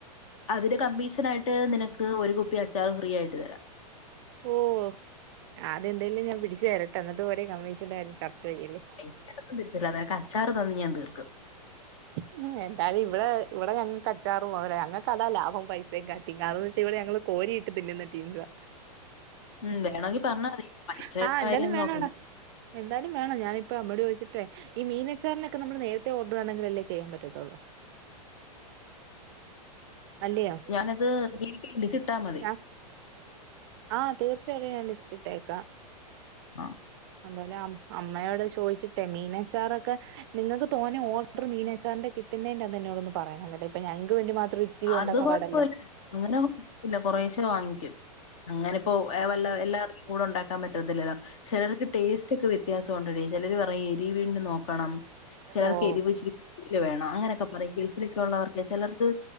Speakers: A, on the left (about 55°); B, on the right (about 40°).
A: അതിന് കമ്മീഷൻ ആയിട്ട് നിനക്ക് ഒരു കുപ്പി അച്ചാറ് ഫ്രീ ആയിട്ട് തരാം.
B: ഓഹ് ആദ്യം എന്തേലും ഞാൻ പിടിച്ചു തരട്ടെ എന്നിട്ട് പോരേ കമ്മീഷന്റെ കാര്യം ചർച്ച ചെയ്യല്.
A: <unintelligible> തെരത്തില്ല നിനക്ക് അച്ചാറ് തന്ന് ഞാൻ തീർക്കും.
B: ഉംഹ് എന്തായാലും ഇവിടെ ഇവിടെ ഞങ്ങക്ക് അച്ചാറ് പോരെ ഞങ്ങക്ക് അതാ ലാഭം പൈ. <unintelligible> ഇവിടെ ഞങ്ങള് കോരി ഇട്ട് തിന്നുന്ന ടീംസാ.
A: ഉം
B: വേണോങ്കിൽ
A: വേണമെങ്കിൽ
B: പറഞ്ഞോ.
A: പറഞ്ഞാ മതി പൈസയുടെ
B: ആഹ്
A: കാര്യമൊന്നും
B: എന്താലും വേണോടാ.
A: നോക്കണ്ട
B: എന്തായാലും വേണം ഞാനിപ്പോ അമ്മയോട് ചോയ്ച്ചിട്ടെ ഈ മീനച്ചാറിനൊക്കെ നമ്മൾ നേരത്തെ ഓർഡ. ഡർ തന്നങ്കിലല്ലേ ചെയ്യാൻ പറ്റത്തുള്ളൂ. അല്ലെയോ
A: ഞാനത്
B: <unintelligible>
A: നീ എനിക്ക് ലിസ്റ്റ് ഇട്ടാ മതി
B: ആഹ് തീർച്ചയായിട്ടും ഞാൻ ലിസ്റ്റ് ഇട്ടേക്കാം.
A: ആഹ്.
B: എന്തായാലും അമ്മയോട് ചോദിച്ചിട്ടേ മീനച്ചാറൊക്കെ നിങ്ങൾക്ക് തോനേ
A: ആഹ്
B: ഓർഡർ മീനച്ചാറിൻ്റെ. കിട്ടുന്നേന്റെ അന്ന് എന്നോടൊന്ന്. പറയണേ ങ്ങട്ട് ഇപ്പൊ ഞങ്ങക്ക് വേണ്ടി മാത്രം ഇച്ചിരി
A: അത്
B: ഉണ്ടാക്കാൻ
A: കുഴപ്പമില്ല
B: പാടല്ലേ.
A: അങ്ങനെ കുഴപ്പമില്ല കുറേശ്ശെ വാങ്ങിക്കും അങ്ങനെ ഇപ്പോ വല്ല എല്ലാവർക്കും കൂടെ ഉണ്ടാക്കാൻ പറ്റത്തില്ലല്ലോ. ചെലർക്ക് ടേസ്റ്റ് ഒക്കെ വ്യത്യാസം ഉണ്ടെടി ചെലര് പറയും എരിവീണ്ട് നോക്കണം. ചെലർക്ക്
B: ഓഹ്
A: എരിവിച്ചിരി കൂടുതൽ വേണം അങ്ങനെയൊക്കെ പറയെങ്കിൽ. <inaudible> ഉള്ളവർക്കെ ചെലർക്ക്